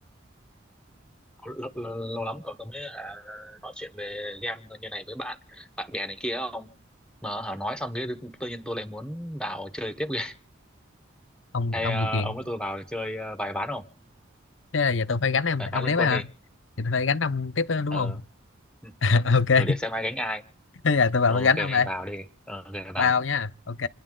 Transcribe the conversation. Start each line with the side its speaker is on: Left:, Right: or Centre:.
Centre: lâu, lâu, lâu lắm rồi tôi mới hả, nói chuyện về game như này với bạn bạn bè này kia không mà hả nói xong cái tự nhiên tôi lại muốn vào chơi tiếp game
Left: ông
Centre: hay
Left: ông
Centre: ờ,
Left: bị kiện
Centre: ông với tôi vào chơi ờ, vài ván không
Left: thế là giờ tôi phải gánh em
Centre: vài
Left: ông
Centre: ván liên
Left: tiếp
Centre: quân
Left: á hả
Centre: đi
Left: thì tôi phải gánh ông tiếp đó, đúng
Centre: ờ
Left: không
Centre: ừ.
Left: <laughs> ok
Centre: Ừ, để xem ai gánh ai
Left: thế giờ tôi vào
Centre: Ờ,
Left: tôi
Centre: ok
Left: gánh ông đây
Centre: vào đi Ờ, ok vào
Left: bao
Centre: đi.
Left: nha ok